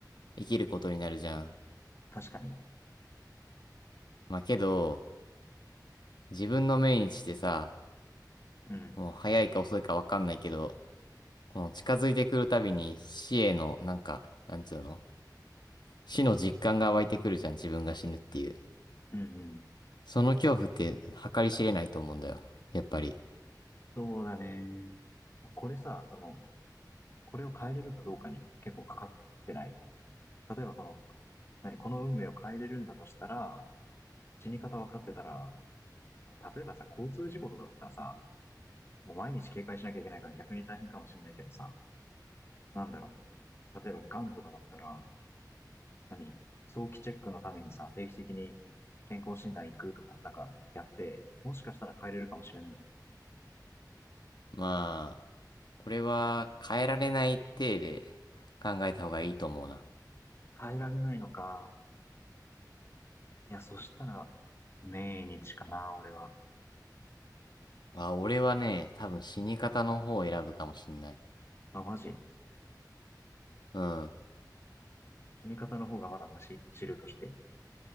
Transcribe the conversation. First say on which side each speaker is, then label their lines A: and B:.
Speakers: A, on the left; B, on the left.
A: 生きることになるじゃん。
B: 確かに。
A: まあけど、自分の命日ってさ、
B: うん。
A: もう早いか遅いかわかんないけど、この近づいてくるたびに死への、なんか、なんつうの、死の実感が湧いてくるじゃん、自分が死ぬっていう。
B: うんうん。
A: その恐怖って計り知れないと思うんだよ、やっぱり。
B: そうだね。これさ、その、これを変えれるかどうかに結構かかってない例えばこの、何、この運命を変えれるんだとしたら、死に方分かってたら、例えばさ、交通事故とかだったらさ、もう毎日警戒しなきゃいけないから逆に大変かもしれないけどさ、なんだろう。例えば癌とかだったら、何、早期チェックのためにさ、定期的に健康診断行くとか、なんかやって、もしかしたら変えれるかもしれないじゃん。
A: まあ、これは変えられない体で考えた方がいいと思うな。
B: 変えられないのか。いや、そしたら、命日かな、俺は。
A: あ、俺はね、多分死に方の方を選ぶかもしんない。
B: あ、マジ
A: うん。
B: 死に方の方がまだマシ知るとして。